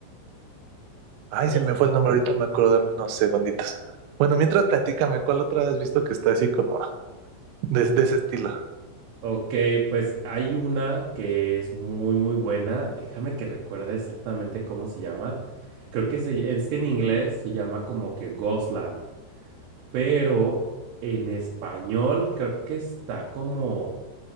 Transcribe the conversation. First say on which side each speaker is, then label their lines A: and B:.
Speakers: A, on the right; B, on the right.
A: Ay,
B: pues
A: se me fue el nombre, ahorita me acuerdo, dame unos segunditos. Bueno, mientras platícame, ¿cuál otra has visto que está así como de, de ese estilo?
B: Ok, pues hay una que es muy, muy buena. Déjame que recuerde exactamente cómo se llama. Creo que se- es que en inglés se llama como que Ghostland, pero en español creo que está como